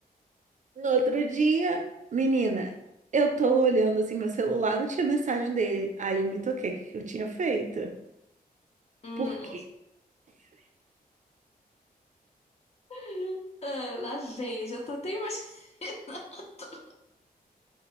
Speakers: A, on the right; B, on the left.
A: No outro dia, menina, eu tô olhando assim meu celular, não tinha mensagem dele. Aí eu me toquei, o que que eu tinha feito?
B: Hum.
A: Por quê?
B: <laughs> Ah, lá vem, já tô até imaginando.